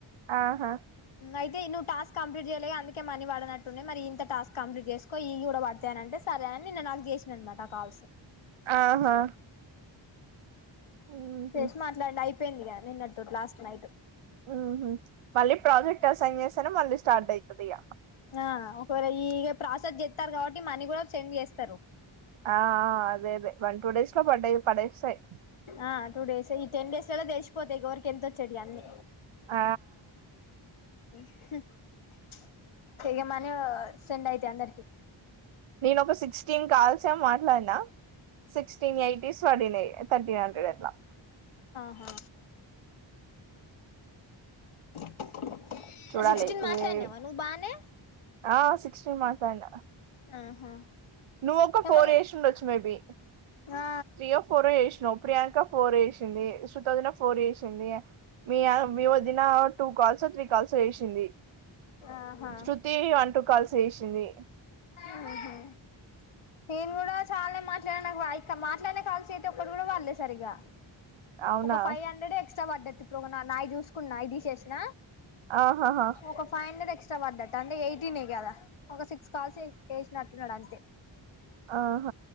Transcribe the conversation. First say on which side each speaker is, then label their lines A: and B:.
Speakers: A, on the right (about 85°); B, on the left (about 90°).
A: ఆహా
B: అయితే నువ్వు టాస్క్ కంప్లీట్ చేయలేదు అందుకే మనీ పడనట్ ట్టున్నయి మరి ఈ ఇంత టాస్క్ కంప్లీట్ చేసుకో ఇయ్యి కూడ పడతయి అనంటే సరే అని నిన్న నాకు చేసిండు అన్నమాట కాల్స్ ఆమ్
A: ఆహా ఉహు
B: చేసి మాట్లాడిండు అయిపోయిందిగా నిన్నటితోటి లాస్ట్ నైట్
A: ఉహు మళ్ళీ ప్రాజెక్ట్ అసైన్ చేస్తేనే మళ్ళీ స్టార్ట్ అయితది ఇగ
B: ఆ ఒకవేళ ఈ ప్రాసెస్ చెత్తారు కాబట్టి మనీ కూడా సెండ్ చేస్తరు
A: ఆ అదే అదే వన్ టూ డేస్ లో పడ్డయి పడేస్తయి
B: ఆ టూ డేస్ ఈ టెన్ డేస్లల్ల తెలిసిపోతయి ఎవరికి ఎంతొచ్చేటియన్ని
A: ఆ
B: <inaudible> చేయమనీ సెండ్ అయితయి అందరికి
A: నేను ఒక సిక్స్టీన్ కాల్స్ ఏమో మాట్లాడినా సిక్స్టీన్ ఎయిటీస్ పడినయి తీర్టీన్ హండ్రెడ్ అట్లా
B: హా <inaudible>
A: చూడాలి
B: సిక్స్టీన్ మాట్లాడినవా
A: వే-
B: నువ్వు బానే
A: ఆ సిక్స్టీన్ మాట్లాడినా
B: ఆహా
A: నువ్వొక ఫోర్
B: ఏమన్
A: చేసి ఉండొచ్చు మేబి
B: ఆ
A: త్రీయో ఫోరో చేశ్నవ్ ప్రియాంక ఫోర్ చేసింది శృతి వదిన ఫోర్ చేసింది మీ మీ వదిన టూ కాల్సో త్రీ పల్స ఏషింది
B: ఆహా
A: శ్రృతీ అంటు కల్స్ ఏశింది
B: మ్ హ్ నేన్ గుడా చాల్నె మాట్లా నాకువాయ్ క మాట్లాడ్న కాల్స్ ఐతే ఒక్కట్ గుడా వళ్ళె సరిగా
A: అవునా
B: ఒక ఫై హండ్రెడ్ ఎక్స్ట్రా బడ్డ తిప్ రోగనా నాయ్ చూస్కొన్ నాయ్ తీసేసిన
A: ఆహాహా
B: ఒక ఫై హండ్రెడ్ ఎక్స్ ట వడ్డట్ అంటె ఎయిటీనె గదా ఒక సిక్స్ కాల్స్ ఏశినట్టున్నడు అంతే
A: ఆహ